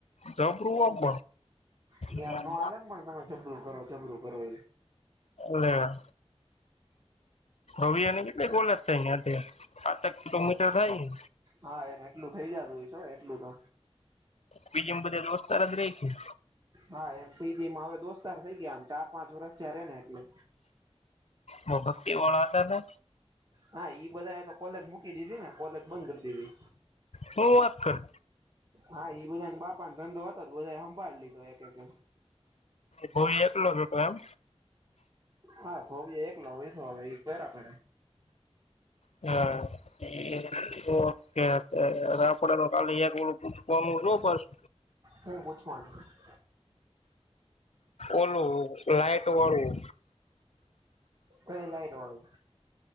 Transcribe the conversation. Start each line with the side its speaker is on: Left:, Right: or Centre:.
Left: હ જબરું હ્
Right: એમ
Left: પણ
Right: નો હાલે ને પણ જબરું કરો જબરું કરો
Left: નેઅ રવિ અને કેટલી ગોલજ થાઈ અહિયા થી પાચે ક કિલોમીટર થાય
Right: હા એને એટલું થઇ જાતું હશે એટલું તો
Left: પી જી મા બઘા દોસ્તાર જ રહે છે ને
Right: હા એમ પીજી મા હવે દોસ્તાર થઇ ગયા ચાર પાંચ વરષ તયા રે ને એટલે
Left: બ ભક્તિવાળા હતા ને
Right: હા ઈ બધા એ તો કોલેજ મૂકી દીધી ને કોલેજ બંધ કરી દીધી
Left: હું વાત કરે.
Right: હા એ બધાને બાપાને ધંધો હતો તો બધાએ સંંભાળ લીધો એટલે કે
Left: ભોઈ એકલો જ હતો એમ
Right: હા ભવય એકલો <unintelligible> હવે ઈ કરયા રાખે
Left: હા <unintelligible> ઓકે ચાલો કાલે એક ઓલુ પૂછવાનું છુ પડશે
Right: હું પૂછુંવા નું છે
Left: ઓલું લાઈટ વાળું
Right: કઈ લાઈટ વાળું